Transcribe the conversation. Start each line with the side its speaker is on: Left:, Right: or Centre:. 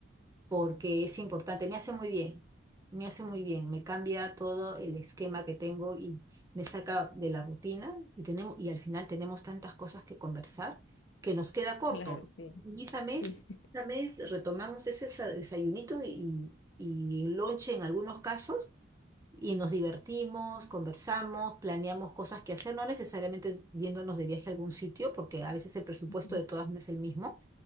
Right: porque es importante, me hace muy bien, me hace muy bien, me cambia todo el esquema que tengo y me saca de la rutina y tenemos, y al final tenemos tantas cosas que conversar que nos queda corto.
Left: Claro, sí,
Right: Y esa mes,
Left: sí.
Right: esa mes retomamos ese sa- desayunito y, y lonche en algunos casos y nos divertimos, conversamos, planeamos cosas que hacer, no necesariamente yéndonos de viaje a algún sitio, porque a veces el presupuesto
Left: <laughs> Ujú.
Right: de todas no es el mismo